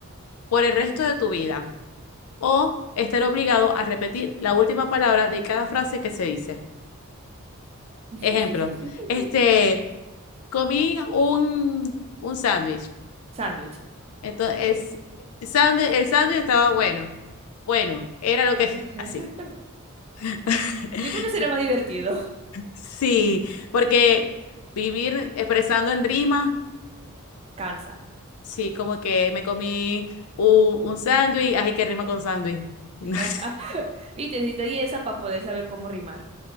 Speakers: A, on the left; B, on the right.
A: por el resto de tu vida. o estar obligado a repetir la última palabra de cada frase que se dice.
B: <laughs>
A: Ejemplo, este, comí un, un sándwich.
B: Sándwich.
A: Entonces, sándwi- el sándwich estaba bueno. Bueno, era lo que...
B: <laughs>
A: <laughs> Así.
B: Yo
A: <laughs>
B: creo que sería
A: Sí,
B: más divertido.
A: sí, porque vivir expresando en rima,
B: <laughs> Cansa.
A: sí, como que me comí un, un sándwich, así que rima con sándwich.
B: <laughs>
A: <laughs>
B: Viste, necesitaría esa para poder saber cómo rimar.